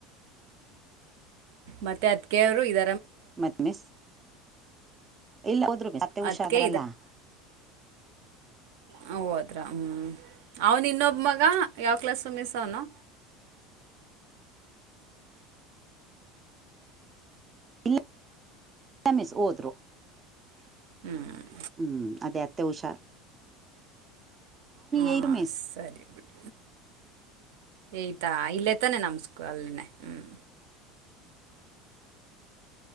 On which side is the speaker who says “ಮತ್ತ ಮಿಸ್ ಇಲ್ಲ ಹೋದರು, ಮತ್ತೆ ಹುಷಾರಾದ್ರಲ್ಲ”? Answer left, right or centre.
Right